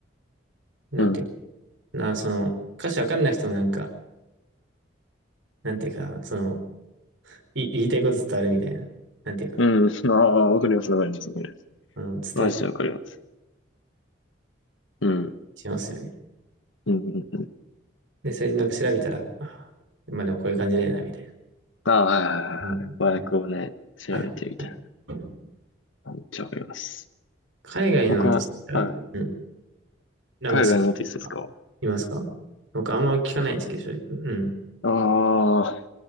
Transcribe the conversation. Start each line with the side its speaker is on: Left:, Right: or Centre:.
Right: なんていうか
Left: うん。
Right: な、その、歌詞わかんなくてもなんか、なんていうかな、その、い、言いたいこと伝わるみたいな、なんていうか、
Left: うん。うん。ああ、わかります、わかります、わかります。
Right: あの、伝わって
Left: マジでわかります。うん。
Right: しますよね。
Left: うんうんうん
Right: で、それでなんか調べたら、あまあでもこういう感じだよな、みたいな。
Left: ああ、はいはいはいはい。
Right: うんうんうん
Left: 和訳をね、調べてみたい
Right: はいはいはい
Left: な。めっちゃわかります。
Right: 海外のアーティストが、
Left: 僕は、はい、
Right: うん、なんかし、
Left: 海外のアーティストですか
Right: いますか僕あんま聞かないんですけど、正直うん。
Left: ああ